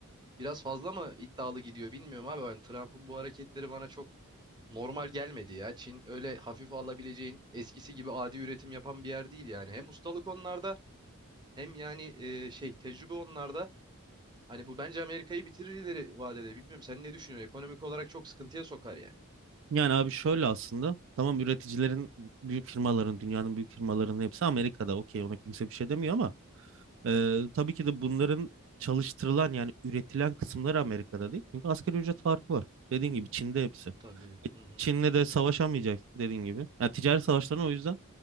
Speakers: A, on the right (about 20°); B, on the right (about 60°).
A: Biraz fazla mı iddialı gidiyor bilmiyorum abi. Hani Trump'ın bu hareketleri bana çok normal gelmedi ya. Çin öyle hafif alabileceğin eskisi gibi adi üretim yapan bir yer değil yani. Hem ustalık onlarda Hem yani e, şey tecrübe onlarda. Hani bu bence Amerika'yı bitirir ileri vadede. Bilmiyorum sen ne düşünüyorsun? Ekonomik olarak çok sıkıntıya sokar yani.
B: Yani abi şöyle aslında. Tamam üreticilerin büyük firmaların, dünyanın büyük firmalarının hepsi Amerika'da. Okey ona kimse bir şey demiyor ama e, tabii ki de bunların çalıştırılan yani üretilen kısımları Amerika'da değil. Çünkü asgari ücret farkı var. Dediğin gibi Çin'de hepsi.
A: Tabii. Hı hı.
B: Çin'le de savaşamayacak dediğin gibi. Yani ticaret savaşlarına o yüzden